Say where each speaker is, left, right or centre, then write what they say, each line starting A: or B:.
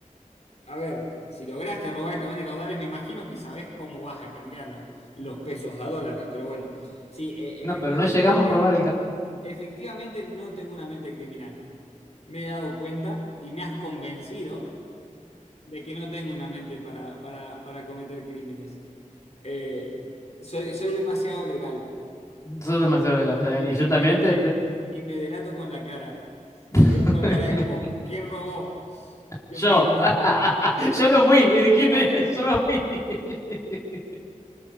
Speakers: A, on the left; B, on the left.
A: A ver, si lograste robar el camión de caudales, me imagino que sabés cómo vas a cambiar los, los pesos a dólares, pero bueno. Sí, eh,
B: No,
A: efectivamente,
B: pero no llegamos
A: mente-
B: a robar el camión.
A: efectivamente no tengo una mente criminal. Me he dado cuenta y me has convencido. de que no tengo una mente para, para, para cometer crímenes. Eh, soy, soy demasiado legal
B: Sos demasiado legal también.
A: y,
B: Y yo
A: y
B: también
A: me, y,
B: te...
A: me,
B: te-
A: y me delato con la cara. Me delato
B: <laughs>
A: con la cara de como, ¿quién robó? Yo
B: Yo.
A: me quedo como,
B: <laughs> Yo no fui. eh, Dijiste,
A: yo no fui.
B: <laughs> yo no fui. <laughs>